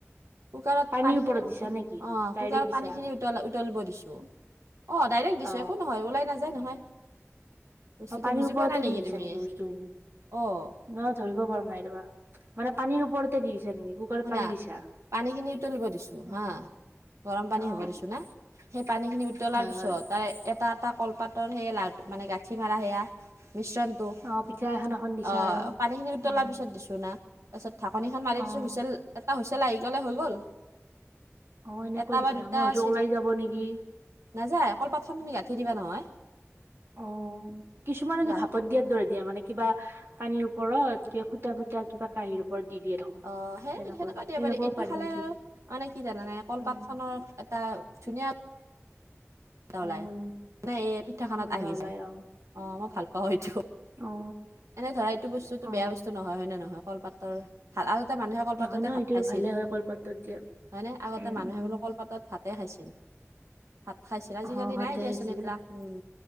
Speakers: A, on the right; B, on the right.
A: কুকাৰৰ
B: পানীৰ
A: পানী
B: ওপৰত
A: খিনি অ',
B: দিছা নেকি ডাইৰেক্ট
A: কুকাৰত
B: দিছা
A: পানী খিনি উতল-উতলিব দিছো। অ', ডাইৰেক্ট দিছো
B: অ
A: একো নহয় ওলাই নাযায় নহয়। বস্তুটো
B: অ', পানীৰ
A: বুজি
B: ওপৰতে
A: পোৱা নাই
B: দি দিছে
A: তুমি
B: নেকি বস্তুখিনি?
A: অ'
B: মই ধৰিব পৰা নাই ৰবা, মানে পানীৰ ওপৰতে দি দিছে নেকি? কুকাৰত
A: শুনা
B: পানী দিছা
A: পানীখিনি উতলিব দিছোঁ
B: অ
A: হা গৰম পানী
B: অ অ
A: হ'ব দিছো না, সেই পানীখিনি উতলাৰ
B: হয়
A: পিছত
B: হয়
A: তাৰে এটা এটা কলপাতৰ সেয়া লাড মানে গাঁঠি মাৰা সেয়া মিশ্ৰণ অ',
B: অ পিঠা এখন এখন দিছা আৰু
A: পানী খিনি উতলাৰ
B: অ
A: পিছত দিছো না, তাৰপিছত ঢাকনিখন মাৰি
B: অ
A: দিছো হুইচেল এটা হুইচেল আহি গ'লে হৈ গ'ল।
B: অ', এনেকৈ
A: এটা
B: দিছা
A: বা দুটা
B: মই ভাবছো
A: চি
B: ওলাই যাব নেকি
A: নাযায় কলপাতখন তুমি গাঁঠি দিবা নহয়।
B: অ', কিছুমানতো
A: গা
B: ভাপত <unintelligible> দৰে দিয়া মানে কিবা পানীৰ ওপৰত কিবা ফুটা ফুটা কিবা কাঁহীৰ ওপৰত দি দিয়ে দেখোন।
A: অ', সেই
B: তেনেকৈ
A: সেনেকুৱা দিব
B: তেনেকুৱাও
A: পাৰি এইটো খালে
B: নেকি
A: আৰু মানে কি জানানে কলপাত
B: অ
A: খনৰ এটা ধুনীয়া ওলাই,
B: গন
A: নাই এই পিঠাখনত
B: গোন্ধ
A: আহি
B: ওলাই
A: যায়
B: অ
A: অ', মই ভাল পাওঁ এইটো।
B: অ
A: এনে ধৰা এইটো বস্তুটো
B: অ
A: বেয়া বস্তু নহয় হয় নে নহয় কলপাতৰ ভাল, আগতে মানুহে কলপাততে
B: নহয় ন
A: ভাত
B: সেইটো
A: খাইছিল।
B: ভালে হয় কলপাতত দিয়া
A: হয় নে, আগতে
B: উম
A: মানুহে
B: উম
A: বোলো কলপাততে ভাতে খাইছিল। ভাত খাইছিল আজিকালি
B: অ ভাতে
A: নাই দিয়া
B: আহিছিলে
A: চোন এইবলাক। উম,